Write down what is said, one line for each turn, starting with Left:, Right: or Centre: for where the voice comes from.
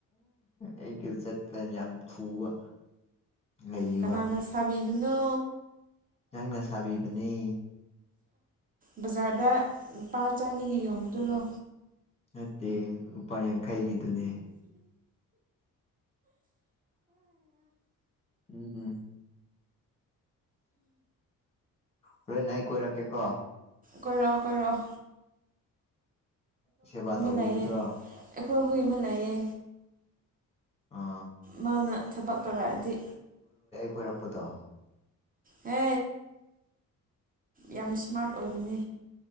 Left: ꯑꯩꯒꯤ ꯖꯠꯇ ꯌꯥꯝ ꯊꯨꯕ ꯂꯩꯌꯦꯕ
Right: ꯀꯅꯥꯅ ꯁꯥꯕꯤꯕꯅꯣ
Left: ꯅꯪꯅ ꯁꯥꯕꯤꯕꯅꯦ
Right: ꯕꯖꯥꯔꯗ ꯂꯨꯄꯥ ꯆꯅꯤꯒ ꯌꯣꯟꯕꯗꯨꯔꯣ
Left: ꯅꯠꯇꯦ ꯂꯨꯄꯥ ꯌꯥꯡꯈꯩꯒꯤꯗꯨꯅꯦ ꯎꯝ ꯍꯣꯔꯦꯟ ꯅ ꯑꯩ ꯀꯣꯏꯔꯛꯀꯦꯀꯣ
Right: ꯀꯣꯏꯔꯛꯑꯣ ꯀꯣꯏꯔꯑꯣ
Left: ꯁꯦꯕꯥ ꯇꯧꯕꯤꯒꯗ꯭ꯔꯣ
Right: ꯂꯩꯌꯦ ꯑꯩꯈꯣꯏ ꯍꯨꯏ ꯑꯃ ꯂꯩꯌꯦ
Left: ꯑꯥ
Right: ꯃꯥꯅ ꯊꯕꯛ ꯇꯧꯔꯛꯑꯗꯤ
Left: ꯑꯣꯏꯔꯛꯄꯗꯣ
Right: ꯍ ꯌꯥꯝ ꯏꯁꯃꯥꯔꯠ ꯑꯣꯏꯕꯅꯦ